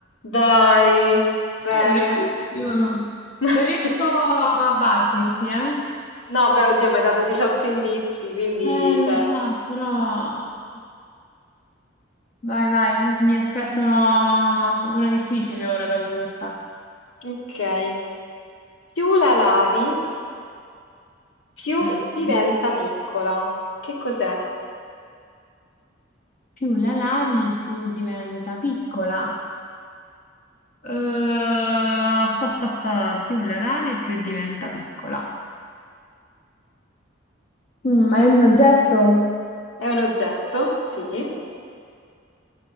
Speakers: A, on the left; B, on the left.
A: Dai, bene.
B: È bravissimo!
A: <laughs>
B: Non riesco a batterti, eh?
A: No, beh, oddio, mi hai dato 18 indizi, quindi,
B: Eh, lo
A: cioè,
B: so, però... Vai, vai, mi aspetto una difficile ora dopo questa.
A: ok. Più la lavi, più
B: Mm.
A: diventa piccola. Che cos'è?
B: Più la lavi, più diventa piccola. Eh, <laughs> più la lavi e più diventa piccola. Mm, ma è un oggetto?
A: È un oggetto? Sì.